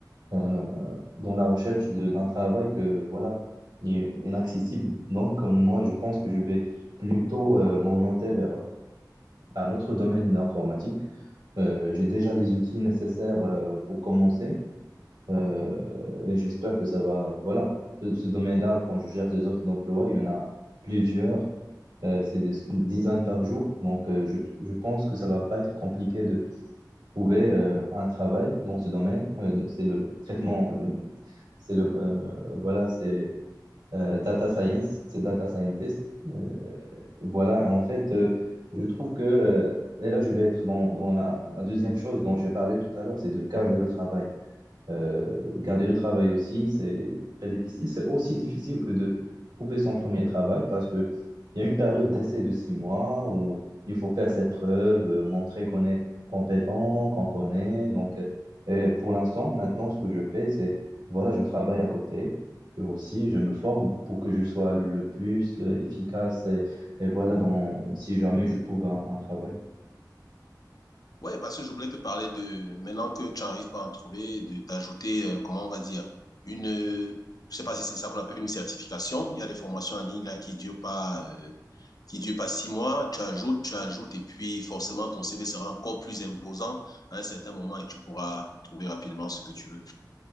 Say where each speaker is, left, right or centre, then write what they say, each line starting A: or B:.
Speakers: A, on the right; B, on the left.
A: euh, dans la recherche de- d'un travail que, voilà, est inaccessible. Donc, euh, moi, je pense que je vais plutôt euh, m'orienter vers un autre domaine informatique. Euh, j'ai déjà les outils nécessaires euh, pour commencer. Euh, et j'espère que ça va. Voilà, ce, ce domaine-là, quand je cherche des offres d'emploi, il y en a plusieurs. Euh, c'est des dizaines par jour. Donc, euh, je, je pense que ça va pas être compliqué de trouver euh, un travail dans ce domaine. Euh, c'est le traitement, euh, c'est le, euh, voilà, c'est euh, data science, c'est data scientist. Euh, voilà, en fait, euh, je trouve que, euh, et là, je vais être dans, dans la, la deuxième chose dont j'ai parlé tout à l'heure, c'est de cadrer le travail. Euh, garder le travail aussi, c'est très difficile. C'est aussi difficile que de trouver son premier travail parce que il y a une période d'essai de six mois où il faut faire ses preuves, euh, montrer qu'on est compétent, qu'on connaît. Donc, euh, pour l'instant, maintenant, ce que je fais, c'est, voilà, je travaille à côté. Et aussi, je me forme pour que je sois le plus euh, efficace. Et, et voilà, dans, si jamais je trouve un, un travail.
B: Ouais, parce que je voulais te parler de, maintenant que tu n'arrives pas à en trouver, de t'ajouter, euh, comment on va dire, une, euh, je sais pas si c'est ça qu'on appelle une certification. Il y a des formations en ligne là qui durent pas, euh, qui durent pas six mois. Tu ajoutes, tu ajoutes, et puis forcément ton CV sera encore plus imposant à un certain moment et tu pourras trouver rapidement ce que tu veux.